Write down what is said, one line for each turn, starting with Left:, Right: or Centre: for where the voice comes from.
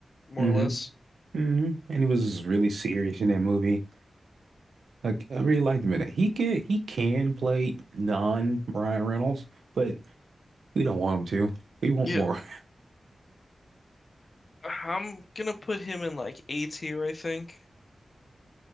Left: more
Right: hmm
Left: or less.
Right: Mm-hmm. And he was really serious in that movie. Like, I really liked him in it. He can he can play non Ryan Reynolds, but we don't want him to. We want
Left: Yeah,
Right: more.
Left: I'm gonna put him in like A tier, I think.